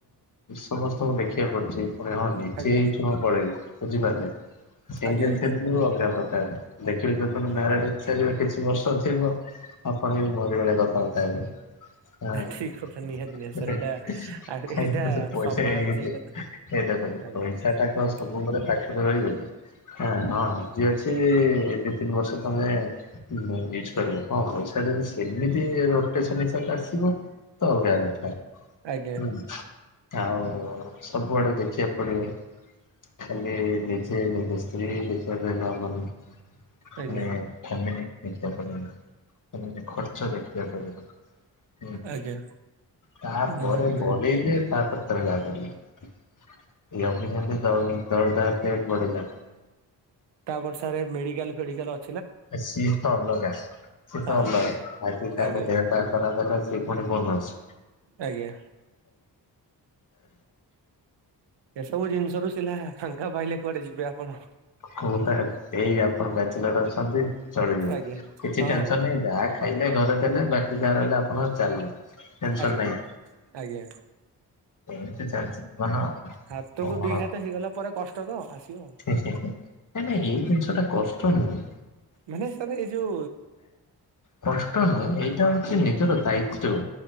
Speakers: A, on the left; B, on the right.
A: ସମସ୍ତଙ୍କୁ ଦେଖିବାକୁ ପଡୁଛି, ପୁଣି ହଁ ନିଜେ
B: ଆଜ୍ଞା
A: ହେଇଛୁ ହଁ ପଳେଇବୁ ବୁଝିପାରିଲେ। ସିଙ୍ଗଲ୍
B: ଆଜ୍ଞା ଆଜ୍ଞା
A: ଥିଲୁ ଅଲଗା ପ୍ରକାର, ଦେଖିବି ଯୋଉଦିନ
B: ହୁଁ
A: ମ୍ୟାରେଡ୍ ସାରିବେ କିଛି ବର୍ଷ ଥିବ, ଆପଣ ବି ମୋରି ଭଳି କଥାବାର୍ତ୍ତା ହେବେ। ହଁ
B: ଠିକ କଥା ନିହାତି ନିହାତି
A: <unintelligible>
B: ସାର୍ ଏଇଟା ଏଇଟା
A: ପଇସା
B: ସମୟର
A: ଏଟା
B: ସେଇଟା ତ
A: କର।
B: ଆଜ୍ଞା।
A: ପଇସାଟା କଣ
B: ଆଜ୍ଞା
A: ସବୁବେଳେ ପାଖରେ ରହିବ କି? ହଁ- ହଁ ଆଜି ଅଛି ଏ ଦି ତିନି ବର୍ଷ ତଳେ ନା ୟୁଜ କରିବ, ହଁ ପଇସା ଯଦି ସେମିତି ରୋଟେସନ ହିସାବରେ ଆସିବ। ତ ଅଲଗା କଥା
B: ଆଜ୍ଞା
A: ହୁଁ ଆଉ ସବୁଆଡେ ଦେଖିବା କୁ ପଡ଼ିିବ। ଖାଲି ନିଜେ, ନିଜ ସ୍ତ୍ରୀ ଦେଖି <unintelligible> ହେଲେ ହବନି।
B: ଆଜ୍ଞା
A: ମାନେ ଫ୍ୟାମିଲି ଦେଖିଆକୁ ପଡିବନି, ମାନେ ଖର୍ଚ୍ଚ ଦେଖିଆକୁ ପଡିବ। ହୁଁ
B: ଆଜ୍ଞା
A: ତାପରେ
B: ନିହାତି ନିହାତି
A: ବଳିଲେ, ତାପରେ ତମେ ଯାହା କରିବ। <unintelligible> ଯେମତି <unintelligible> ପେଟ ବଢିଲାଣି।
B: ତାପରେ ସାର୍ ମେଡିକାଲ୍ ଫେଡିକାଲ୍ ଅ
A: ସିଏ ତ ଅଲଗା ସିଏ
B: ହଁ
A: ତ
B: ହଁ
A: ଅଲଗା,
B: ଆଜ୍ଞା
A: ଆଜି ତାର
B: ଆଜ୍ଞା
A: ଦେହଟା ଖରା ତାହେଲେ ସେପଟେ <unintelligible>
B: ଆଜ୍ଞା। ଏସବୁ ଜିନିଷରୁ ସିନା ଫାଙ୍କା ପାଇଲେ କୁଆଡେ ଯିବେ ଆପଣ।
A: ହ ତା ଏ ଆପଣ ବ୍ୟାଚଲର ଅଛନ୍ତି ଚଳିବ,
B: ଆଜ୍ଞା
A: କିଛି
B: ହଁ
A: ଟେନସନ ନାାଇଁ ଯାହା ଖାଇଲେ, ଘରେ ଦେଲେ ବାକି ଯାହା ରହିଲା ଆପଣ ଚାଲିଲେ। ଟେନସନ
B: ଆଜ୍ଞା
A: ନାହିଁ
B: ଆଜ୍ଞା।
A: ଏମିତି ଚାଲିଛି ଜୀବନ ଆଉ
B: ହାତ କୁ
A: କଣ
B: ଦି ହାତ ହେଇଗଲା ପରେ କଷ୍ଟ ତ ଆସିବ।
A: ନାଇଁ ନାଇଁ ଜିନିଷ ଟା କଷ୍ଟ ନୁହଁ।
B: ମାନେ ସାର୍ ଏଇ ଯଉ
A: କଷ୍ଟ ନୁହେଁ ଏଇଟା ହଉଛି ନିଜର ଦାୟିତ୍ଵ।